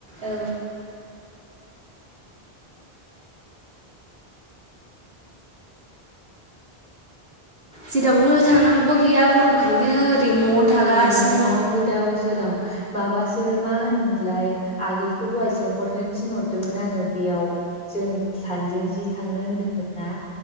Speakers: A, on the right; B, on the left.
A: औ जेरावबो थांनांगौबो गैया गरमखायनो ओरैनो न'आवनो थागासिनो
B: ओ न'आव गोदाव सोराव माबासो मा होनोमोनलाय आगैखौ दहाय सोंहरनो थिनहरदोंमोन आङो बेयाव जों सानजों जि थांनो होनदोंमोन ना